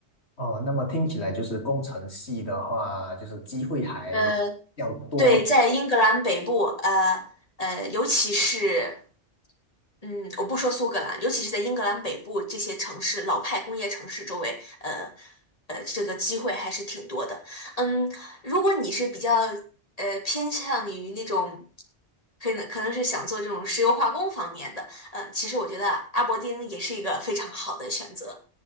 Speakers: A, on the left; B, on the left.
A: 哦，那么听起来就是工程系的话，就是机会还要多
B: 呃，对，在英格兰北部，呃呃，尤其是。嗯，我不说苏格兰，尤其是在英格兰北部这些城市，老派工业城市周围，呃，呃，这个机会还是挺多的。嗯，如果你是比较呃偏向于那种，可能可能是想做这种石油化工方面的，嗯，其实我觉得阿伯丁也是一个非常好的选择。